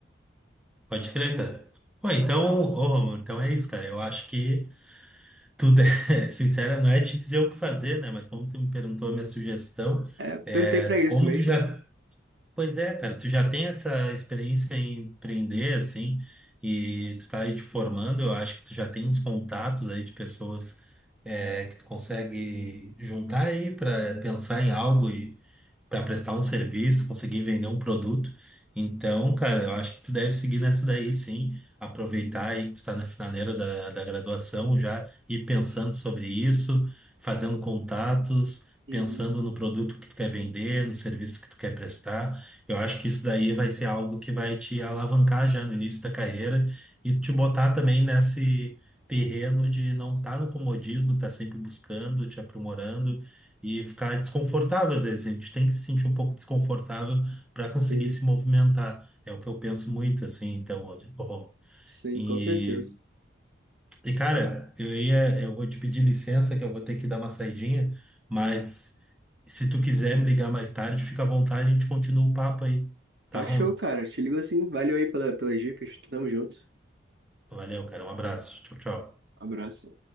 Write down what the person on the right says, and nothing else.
É, perguntei
para isso
mesmo.
Uhum.
Sim,
sim,
com certeza.
Tá
show, cara. Te ligo assim. Valeu aí pela, pelas dicas. Tamo junto.
Abraço.